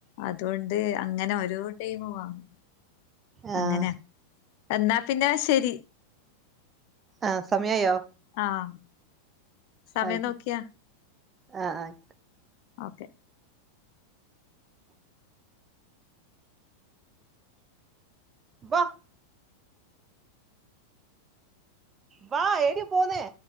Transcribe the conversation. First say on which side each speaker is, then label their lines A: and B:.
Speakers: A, on the left (about 45°); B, on the right (about 20°).
A: അതുകൊണ്ട് അങ്ങനെ ഓരോ ടൈമ് വാങ്ങും.
B: ആഹ്.
A: അങ്ങനെ എന്നാ പിന്നെ ശരി.
B: ആ സമയായോ?
A: ആഹ്. സമയം
B: ആയിക്കോട്ടെ
A: നോക്കിയാ
B: ആഹ്, ആഹ് ആയി
A: ഓക്കെ.
B: <unintelligible> വാ ഏടെ പോവ്ന്നേ?